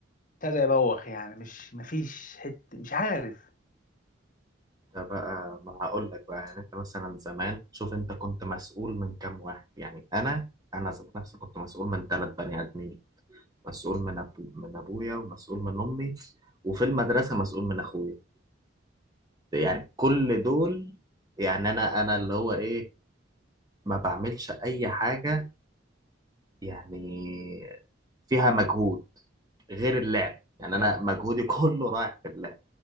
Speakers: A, on the left (about 45°); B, on the right (about 20°).
A: ابتدى يبوخ يعني مش مفيش حته مش عارف
B: ده بقى ما هقول لك بقى يعني انت مثلا زمان شوف انت كنت مسؤول من كام واحد يعني انا انا ذات نفسي كنت مسؤول من ثلاث بني ادمين مسؤول من أبو من ابويا ومسؤول من امي وفي المدرسه مسؤول من اخويا يعني كل دول يعني انا انا اللي هو ايه ما بعملش اي حاجه يعني فيها مجهود غير اللعب يعني
A: ايوه
B: انا مجهودي <laughs> كله رايح في اللعب